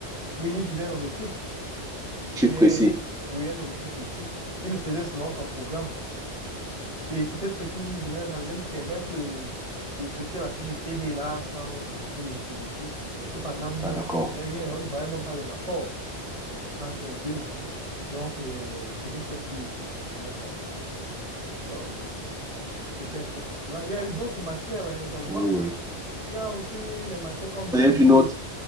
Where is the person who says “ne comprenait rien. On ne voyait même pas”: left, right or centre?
Right